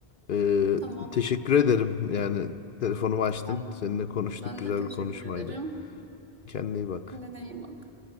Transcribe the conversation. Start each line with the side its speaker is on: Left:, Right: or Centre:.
Left: Ee,
Right: tamam.
Left: teşekkür ederim. Yani telefonumu açtın.
Right: Ben,
Left: Seninle konuştuk.
Right: ben
Left: Güzel
Right: de teşekkür
Left: bir konuşmaydı.
Right: ederim.
Left: Kendine iyi bak.
Right: Kendine iyi bak.